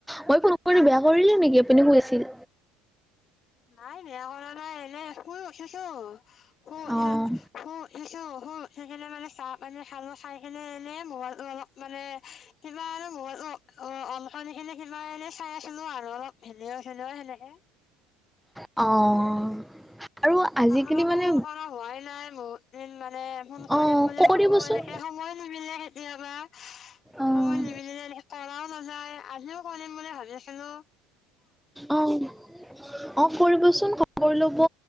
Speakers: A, in the centre; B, on the left.
A: মই ফোন‌ কৰি বেয়া কৰিলো নেকি? আপুনি শুই আছিল।
B: নাই বেয়া কৰা নাই, এনে শুই উঠিছো। শুই উঠি
A: অ'
B: শুই উঠিছো। শুই উঠি কেনে মানে চাহ পানী খালো, খাই কিনে এনে ম'বাইলটো অলপ মানে, কিমানো ম'বাইলো অ', অন‌ কৰি সেই কিবা এনে চাই আছিলো আৰু, ভিডিঅ' চিডিঅ' সেনেকে।
A: অ'। আৰু আজিকালি
B: আপোনালোকে
A: মানে
B: ফোন কৰা হোৱাই নাই। বহুত দিন এ, ফোন কৰিম
A: অ'
B: বুলি
A: কৰিবচোন
B: ভাবো, এনেকে সময় নিমিলে। কেতিয়াবা
A: অ'
B: সময় নিমিলিনে হে কৰাও নাযায়, আজিও কৰিম বুলি ভাবি আছিলো।
A: অ', অ' কৰিবচোন, ক'ল কৰি ল'ব।